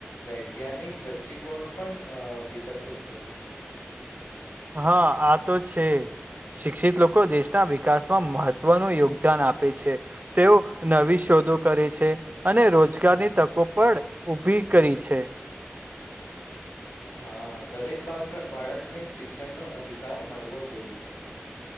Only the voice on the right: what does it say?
હ આ તો છે. શિક્ષિત લોકો દેશના વિકાસમાં મહત્વનું યોગદાન આપે છે. તેઓ નવી શોધો કરે છે. અને રોજગારની તકો પણ ઊભી કરી છે.